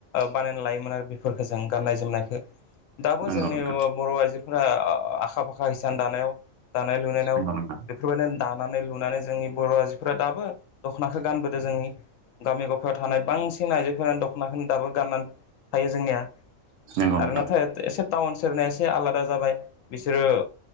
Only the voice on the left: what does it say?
बानायना लायोमोन आरो बेफोरफोरखौ जों गाननाय जोमनायखो दाबो
जोंनि
बर' आइजो फोरा आखा फाखा हिसान दानायाव दानाय लुनायाव
बेफोरबायदिनो दानानै लुनानै जोंनि बर' आजोफोरा दाबो द'खनाखौ गानबोदों जों जोंनि गामि गफायाव थानाय बांसिन आइजोफोरनि द'खनाफोरनो दाबो गाननानै थायो जोंनिया
आरो
नाथाय
एसे टाउन सेरनाया एसे आलादा जाबाय बिसोरो